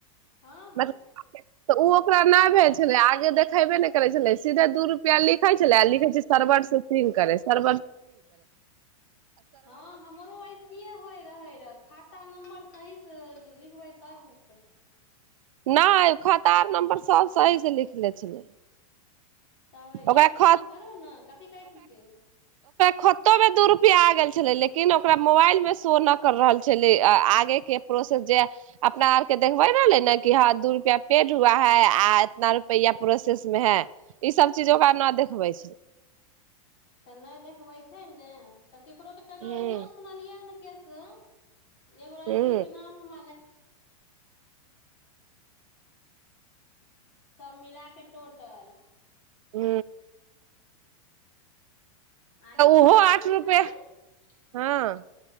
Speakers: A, on the left; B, on the right.
A: हँ हँ
B: मतलब तऽ ओ ओकरा नहि भेज छल आगे देखेबे नहि करै छलै सीधे दूर लिखै छल लिवरेवरे सर
A: हँ हमरो ऐसिये होय रहे रह खाता नम्बर सही लिखबै तब हेतै
B: नहि खातार नम्बर सब सही से लिखले छलै
A: तब एक
B: ओकरा ख
A: काम करू ने कथी कहै छिकै
B: खत्तो मे दू रुपआ आ गेल छलै लेकिन ओकरा मोबाइल मे शो न कर रहल छै छलै आगेके प्रोसेस जे अपना आर के देखबे रहलै ने क हँ दू रुपआ पेट हुआ है आ एतना
A: हूँ
B: रुपैआ पोसेस सु ई सब चीज
A: हूँ
B: ओकरा न देखबै छै
A: तऽ नहि देखबै छै ने तऽ केकरो केकरो
B: हूँ
A: एहनो सुनलियै ह कस एगो लड़की
B: हूँ
A: के नाम हम र मिलाके टोटल
B: हू
A: आ हिमानसु
B: ओहो आठ रुपए
A: छै
B: हँ